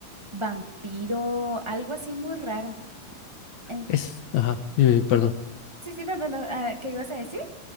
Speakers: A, on the right; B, on the left.
A: vampiro, algo así muy raro. En-
B: Es, ajá, dime, dime, perdón.
A: sí, sí, no, no, no. ah, ¿Qué ibas a decir?